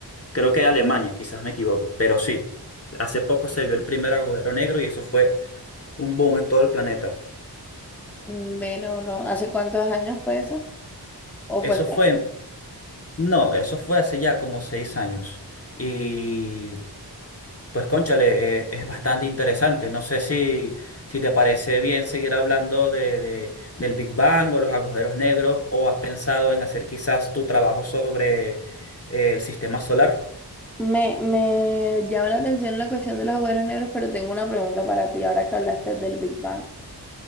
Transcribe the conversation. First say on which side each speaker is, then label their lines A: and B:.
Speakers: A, on the left (about 35°); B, in the centre.
A: creo que de Alemania, quizás me equivoco, pero sí, hace poco se vio el primer agujero negro y eso fue un boom en todo el planeta.
B: Mm, Bueno, no, ¿hace cuántos años fue eso? ¿O
A: Eso
B: fue este
A: fue,
B: año?
A: no, eso fue hace ya como seis años. y Pues cónchale, eh, es bastante interesante. No sé si, si te parece bien seguir hablando de, de- del Big Bang o los agujeros negros, o has pensado en hacer quizás tu trabajo sobre eh, el sistema solar.
B: Me, me llama la atención la cuestión de los agujeros negros, pero tengo una pregunta para ti ahora que hablaste del Big Bang.